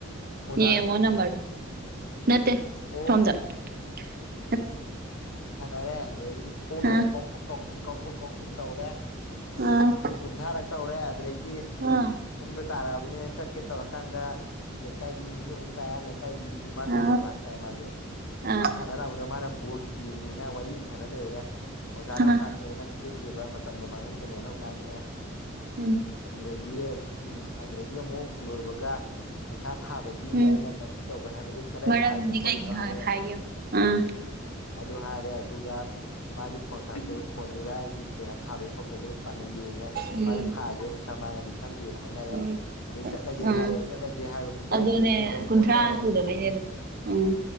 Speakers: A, on the left (about 80°); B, on the right (about 45°).
A: ꯑꯣꯖꯥꯒ
B: ꯌꯦꯡꯉꯣ
A: ꯁꯥꯟꯅꯩꯅꯦ
B: ꯅꯝꯕꯔꯗꯣ ꯅꯠꯇꯦ
A: ꯑꯣ
B: ꯁꯣꯝꯗ <unintelligible>
A: ꯁꯥꯟꯅꯔꯦ ꯑꯗꯨꯗꯩꯗꯤ ꯈꯣꯡꯖꯦ
B: ꯑ
A: ꯑꯃꯨꯛ ꯀꯥꯎꯊꯣꯛ ꯀꯥꯎꯁꯤꯟ ꯀꯥꯎꯊꯣꯛ ꯀꯥꯎꯁꯤꯟ ꯇꯧꯔꯦ
B: ꯑꯥ
A: ꯀꯨꯟ ꯀꯨꯟꯊ꯭ꯔꯥꯔꯛ ꯇꯧꯔꯦ ꯑꯗꯨꯗꯩꯗꯤ
B: ꯑꯥ
A: ꯄꯨꯡꯗꯣ ꯇꯥꯔꯛꯑꯕꯅꯤꯅ ꯆꯠꯀꯦ ꯇꯧꯔꯛ ꯀꯥꯟꯗ ꯂꯩꯀꯥꯏꯒꯤ ꯃꯤ ꯑꯃꯨꯛ ꯂꯥꯛꯑꯦ ꯂꯩꯀꯥꯏꯒꯤ ꯃꯤꯗꯨ ꯃꯥ
B: ꯑ
A: ꯁꯥꯟꯅꯕ ꯍꯥꯏꯇꯥꯔꯦ ꯃꯥꯖꯨ
B: ꯑ
A: ꯃꯥ ꯁꯥꯟꯅ ꯂꯥꯛꯄꯗꯣ ꯃꯥꯅ ꯕꯣꯜ ꯌꯦꯡꯉꯦꯅ ꯋꯥꯔꯤ ꯑꯃꯨꯛ ꯁꯥꯟꯅ ꯂꯩꯔꯨꯔꯦ ꯑꯣꯖꯥꯅ ꯑꯃꯨꯛ
B: ꯑ
A: ꯉꯥꯡꯉꯦ ꯅꯪ ꯁꯦꯡꯗ꯭ꯔꯤꯕ ꯃꯇꯝꯗꯣ ꯃꯥꯡꯍꯟꯒꯅꯣꯅꯃꯨꯛ ꯉꯥꯡꯉꯛꯑꯦ
B: ꯎꯝ
A: ꯑꯗꯨꯗꯒꯤ ꯎꯝ ꯑꯗꯨꯗꯒꯤ ꯑꯃꯨꯛ ꯂꯣꯏꯕꯒ ꯄꯩꯁꯥ ꯊꯥꯕꯒꯤ
B: ꯎꯝ
A: ꯑꯩꯅ ꯀꯩꯏꯝ ꯇꯧꯕꯩ ꯍꯥꯏꯔꯦ ꯑꯦ ꯀꯗꯥꯏ
B: ꯃꯔꯝꯗꯤ
A: ꯊꯥꯏꯅꯣ ꯈꯣꯠꯂꯤꯅꯣ
B: ꯀꯩꯒꯤ ꯍꯥꯏ
A: ꯍꯥꯏꯔꯦ
B: ꯍꯥꯏꯒꯦ ꯌꯦꯡꯉꯣ ꯑꯥ
A: ꯑꯗꯨ ꯍꯥꯏꯔꯦ ꯑꯗꯨꯒ ꯃꯥꯁꯨ ꯐꯣꯟ ꯐꯥꯛꯇꯣ ꯐꯣꯟꯗꯨꯗ ꯑꯩꯒꯤ ꯄꯩꯁꯥ ꯊꯥꯕꯩ ꯈꯣꯠꯄꯩ ꯑꯗꯨ ꯐꯥꯅ ꯌꯦꯡꯉꯦ
B: ꯎꯝ
A: ꯃꯥꯖꯨ ꯊꯥꯒꯦ ꯄꯩꯁꯥ ꯃꯥꯡꯉꯗꯤ ꯈꯪꯗꯦꯅ ꯍꯥꯏꯅꯔꯦ
B: ꯎꯝ
A: ꯑꯗꯨꯗꯩ ꯆꯠꯂꯒꯦꯅ
B: ꯎꯝ
A: ꯍꯥꯏꯔꯦ ꯆꯠꯂꯒꯦ ꯍꯥꯏꯕ ꯀꯨꯝꯗꯔꯛꯄꯗ
B: ꯑꯗꯨꯅꯦ
A: ꯁ꯭ꯇꯦꯌꯔꯗ ꯑꯃꯨꯛ
B: ꯀꯨꯟꯊ꯭ꯔꯥ
A: ꯑꯣꯟꯗꯔꯦ ꯑꯩꯗꯤ
B: ꯁꯨꯗꯕꯩꯅꯦ ꯑꯗꯣ ꯎꯝ